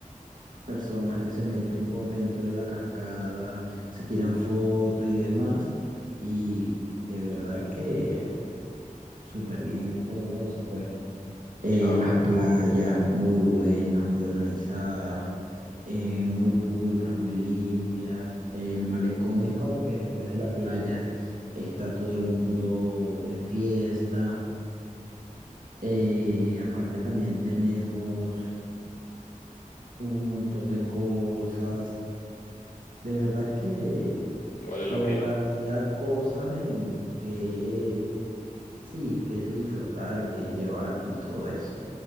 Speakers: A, on the right; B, on the left.
A: personas que se meten por dentro de la cascada, se tiran fotos y demás, y de verdad que súper bien, todo eso, pues.
B: Ya,
A: Eh, las playas muy buenas, muy organizadas, eh, muy pulcras, muy limpias. El malecón es como que después de la playa está todo el mundo en fiesta. Eh, aparte también tenemos un montón de cosas. De verdad que
B: que vale
A: sobraría
B: la pena.
A: cosas en que, sí, que disfrutar, que llevarte y todo eso.